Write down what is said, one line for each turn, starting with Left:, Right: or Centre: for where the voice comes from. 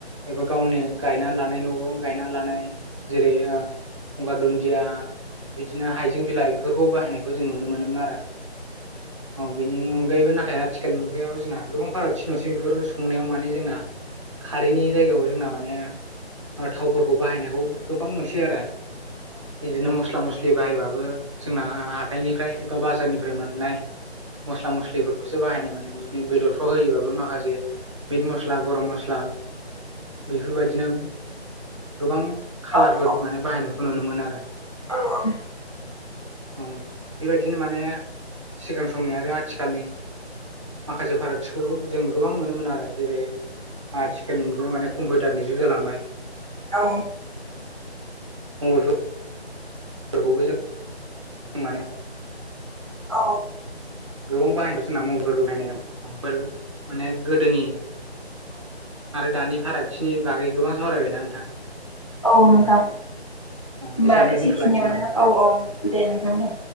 Right: एबा गावनि गायना लानाय न'नो गायना लानाय जेरै ओ गंगार दुन्दिया बिदिनो हाइजें बिलाइ बिफोरखौ बाहायनायखौ जों नुनो मोनोमोन आरो। <inaudible> अ बिनि अनगायैबो नाथाय आथिखाल मुगायाव जोंना गोबां फारागथि नुसै बेफोर संनायाव माने जोंना खारैनि जायगायाव जोंना माने ओ थावफोरखौ बाहायनायखौ गोबां नुसै आरो। इदिनो मस्ला मसलि बाहायबा बो जोंना हाथाइनिफ्राय बा बाजारनिफ्राय मोननाय। मस्ला मस्लिफोरखौसो बाहायनाय मोनो बिदिनो बेदरफ्राव होयोबाबो माखासे मिट मस मस्ला गरम मस्ला बेफोरबायदिनो गोबां
Left: औ
Right: खालारफोर माने बाहायनायखौ नुनो मोनो आरो।
Left: औ औ।
Right: औ बेबायदिनो माने सिगां समनि आरो आथिखालनि माखासे फारागथिखौ जों गोबां नुनो मोनो आरो जेरै आथिखालनिबो माने कम्पिउटारनि जुग जालांबाय।
Left: औ।
Right: <unintelligible> फोरखौबो जों <unintelligible>
Left: औ।
Right: गोबां बाहायदों मबेलफोरबो बाहायनाय माने गोदोनि आरो दानि फारागथिनि बागै गोबां सावरायबाय ना नोंथां
Left: औ नोंथां
Right: ।
Left: होमबा
Right: एसेयावनो
Left: एसेखिनियावनो
Right: दोनथ'लायनोसै ओमबा नोंथां।
Left: औ औ दे नोंथां दे।